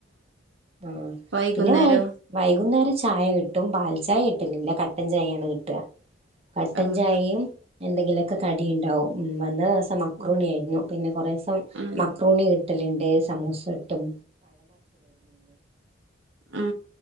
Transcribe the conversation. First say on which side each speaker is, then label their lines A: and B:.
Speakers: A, on the right; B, on the right.
A: ആഹ്
B: വൈകുന്നേരോ
A: പിന്നെ വൈ വൈകുന്നേരം ചായ കിട്ടും പാൽ ചായ കിട്ടലില്ല കട്ടൻ ചായയാണ് കിട്ടുക കട്ടൻ
B: ആഹ്
A: ചായയും എന്തെങ്കിലുമൊക്കെ കടി ഉണ്ടാവും വന്ന ദിവസം മക്രുണി
B: ആഹ്
A: ആയിരുന്നു പിന്നെ കൊറേ ദിവസം
B: ആഹ്
A: മക്രുണി കിട്ടലുണ്ട് സമൂസ ഇട്ടും
B: ഉ